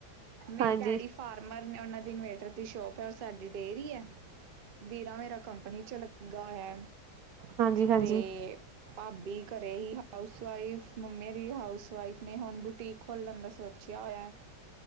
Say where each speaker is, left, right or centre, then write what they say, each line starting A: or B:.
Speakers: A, on the right; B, on the right.
A: ਮੇਰੇ
B: ਹਾਂਜੀ
A: ਡੈਡੀ ਫਾਰਮਰ ਨੇ, ਉਹਨਾਂ ਦੀ ਇਨਵੇਟਰ ਦੀ ਸ਼ੋਪ ਹੈ। ਔਰ ਸਾਡੀ ਡੇਅਰੀ ਹੈ। ਵੀਰਾ, ਮੇਰਾ ਕੰਪਨੀ ਚ ਲੱਗਾ ਹੋਇਆ।
B: ਹਾਂਜੀ- ਹਾਂਜੀ।
A: ਤੇ ਭਾਬੀ, ਘਰੇ ਹੀ ਹਾਊਸਵਾਈਫ। ਮੰਮੇ ਵੀ, ਹਾਊਸ ਵਾਈਫ ਨੇ, ਹੁਣ ਬੁਟੀਕ ਖੋਲਣ ਦਾ ਸੋਚਿਆ ਹੋਇਆ।